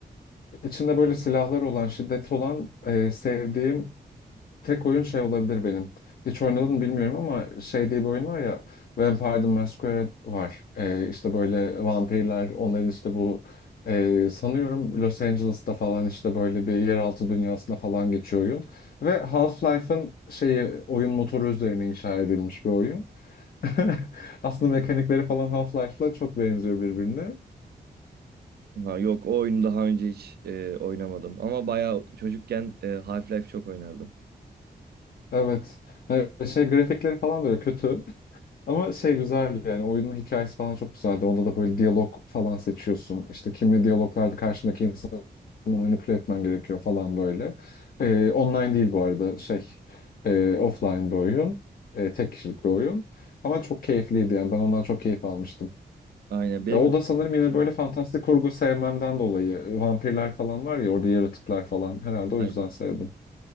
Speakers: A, on the left (about 60°); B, on the right (about 70°).
A: İçinde böyle silahlar olan, şiddet olan e, sevdiğim tek oyun şey olabilir benim. Hiç oynadım bilmiyorum ama şey diye bir oyun var ya Vampire the Masquerade var. E, işte böyle vampirler onların işte bu e, sanıyorum Los Angeles'ta falan işte böyle bir yeraltı dünyasında falan geçiyor oyun. Ve Half-Life'ın şeyi oyun motoru üzerine inşa edilmiş bir oyun. <laughs> Aslında mekanikleri falan Half-Life'la çok benziyor birbirine.
B: Ha, yok o oyunu daha önce hiç e, oynamadım. Ama bayağı çocukken e, Half-Life çok oynardım.
A: Evet. E, Şey grafikleri falan da öyle kötü. Ama şey güzel yani oyunun hikayesi falan çok güzeldi. Onda da böyle diyalog falan seçiyorsun. İşte kimli diyaloglarda karşındaki insanı manipüle etmen gerekiyor falan böyle. Ee, online değil bu arada şey e, offline bir oyun. E, tek kişilik bir oyun. Ama çok keyifliydi yani ben ondan çok keyif almıştım.
B: Aynen benim...
A: Ve o da sanırım yine böyle fantastik kurgu sevmemden dolayı vampirler falan var ya orada yaratıklar falan herhalde o
B: Aynen.
A: yüzden sevdim.